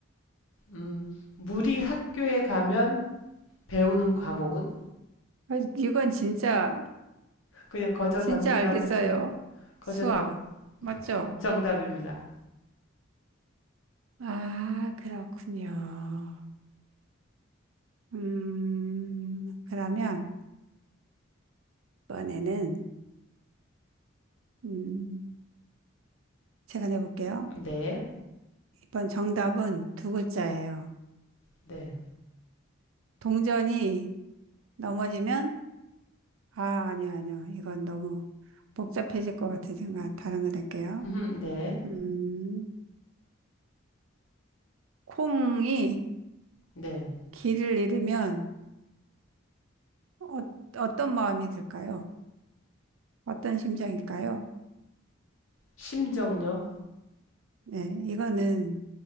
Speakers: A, on the left; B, on the right.
A: 음, 물이 학교에 가면 배우는 과목은?
B: 아, 이건 진짜,
A: 그냥 거저
B: 진짜
A: 던진다고
B: 알겠어요.
A: 했죠. 거저
B: 수학.
A: 던.
B: 맞죠?
A: 정답입니다.
B: 아, 그렇군요. 음, 그러면, 이번에는, 음, 제가 내볼게요.
A: 네,
B: 이번 정답은 두 글자예요.
A: 네,
B: 동전이 넘어지면, 아, 아니요, 아니요. 이건 너무 복잡해질 것 같으니까 다른 거 낼게요.
A: <laughs> 네,
B: 음, 콩이
A: 네.
B: 길을 잃으면 어, 어떤 마음이 들까요? 어떤 심정일까요?
A: 심정력.
B: 네, 이거는